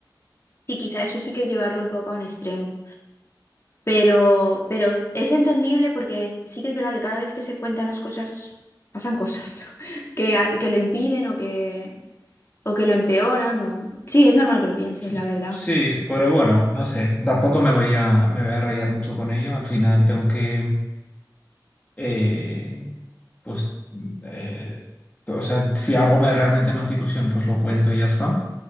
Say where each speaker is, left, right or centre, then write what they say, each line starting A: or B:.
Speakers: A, on the left (about 35°); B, on the left (about 20°).
A: Sí, quizá eso sí que es llevarlo un poco a un extremo, pero, pero es entendible porque sí que es verdad que cada vez que se cuentan las cosas, pasan cosas <laughs> que, ha- que lo impiden o que, o que lo empeoran. O... Sí, es normal que lo pienses,
B: Sí,
A: la verdad.
B: sí, pero bueno, no sé, tampoco me voy a, me voy a rayar mucho con ello. Al final tengo que, eh, pues, eh, o sea, si algo me, realmente me hace ilusión, pues lo cuento y ya está.